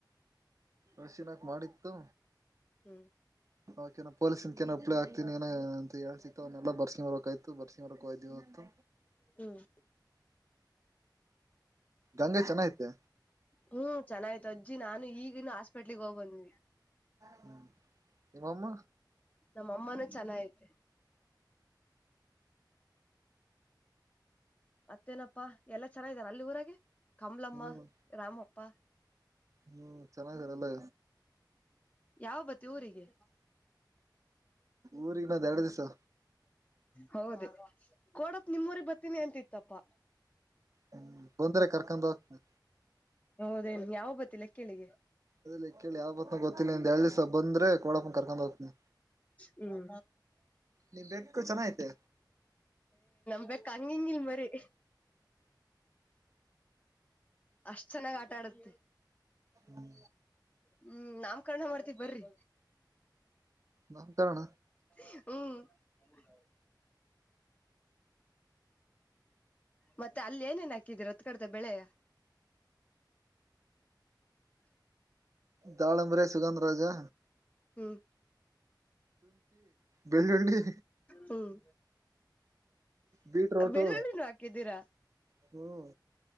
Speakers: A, on the right; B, on the left.
A: ಹಶಿನಾಕ್ ಮಾಡಿತ್ತು
B: ಹ್ಮ್
A: ಓಕೆ ನ ಪೋೀಸಿನ ಏ ಅಪ್ೇ ಹಾತನ ಏನ ಅಂತ ಹೇಳಳ್ ಸಿಕ್ತವ ಎಲ್ಲ ಬರ್ಸ್ಕಿ ಬರ್ಬೇಕಕ್ಯ ತು ಬರ್ಷಿಂಗಾರ ಕೆ ಹೋಗಿತ್ತು
B: ಹ್ಮ್
A: ಗಂಗೆ ಚೆನ್ನ ತೆ
B: ಹ್ಮ್ ಚೆಾಯ್ತು ಅಜ್ಜಿ ನಾನು ಈಗಿನ ಹಾಸ್ಪೆಟ್ಲ್ಿಗೆ ಹೋಗ್ ಬಂದ್ವಿ
A: ಹ್ಮ್ ಇ ಒಮ್ಮ
B: ನಮ್ಮ ಅಮ್ಮನೂ ಚೆನ್ನಾಗೈತೆ ಮತ್ತೇನಪ್ಪಾ ಎಲ್ಲಾ ಚೆನ್ನಾಗಾರ ಅಲ್ಲಿ ಊರಾಗ ಕಮಲಮ್ಮ
A: ಹ್ಮ್
B: ರಾಮಪ್ಪ
A: ಹ್ಮ್ ಚೆನ್ನಾಗಿರಲ್ಲ
B: ಯಾವ ಬತಿ ಊರಿಗೆ
A: ಊರಿಗಿನ್ನೊಂದ್ ಎರಡ್ ದಿವ್ಸ
B: ಹೌದು ಕೊೋಡಪ್ ನಿಮ್ಮೂರಿ ಬರ್ತೀನಿ ಅಂತ ಇತ್ತಪ್ಪಾ
A: ಹ್ಮ್ ತೊಂದರೆೆ ಕರ್ಕೊಂಡ ಹೋಗತ
B: ಹೌದೇನೋ, ಯಾವಾಗ ಬರ್ತಿ ಲೆಕ್ಕಹಳ್ಳಿ
A: ಅದಲ್ಲ ಕೇಳಿ ಯಾವತ್ನ ಗೊತ್ತಿಲ್ಲಂದ ಎ ದಸ ಬಂದ್ರೆ ಕೊೋಡಪ್ಪನ ಕರ್ಕೊಂಡ್ ಹೋಗ್ತನಿ
B: ಹ್ಮ್
A: ನೀನ್ ಬೆಕ್ಕು ಚೆನ್ನ ಐತೆ
B: ನ ಕ <inaudible> ಮರಿ ಅಷ್ಟ್ ಚೆನ್ನಾಗ್ ಆಟಾ ಆಡುತ್ತೆ
A: ಹ್ಮ್
B: ಹ್ಮ್ ನಮ್ ಕರ್ಣ ಮಾಡ್ತವಿ ಬರ್ರಿ
A: ನಾಮಕರಣ
B: ಹ್ಮ್ ಮತ್ತೆ ಅಲ್ಲಿ ಏನೇನ್ ಹಾಕಿದೀರ ಅತ್ ಕಡತ ಬೆಳೆ
A: ತಾಳಂಬರ ಸುಗಾಂದ್ರಜಾ
B: ಹ್ಮ್
A: ಬೆಳ್ಳುಳ್ಳಿ
B: ಹ್ಮ್
A: ಬೀಟ್ರೋಟು
B: ಬೆಳ್ಳುಳ್ಳಿನ ಹಾಕಿದ್ದೀರಾ
A: ಹ್ಮ್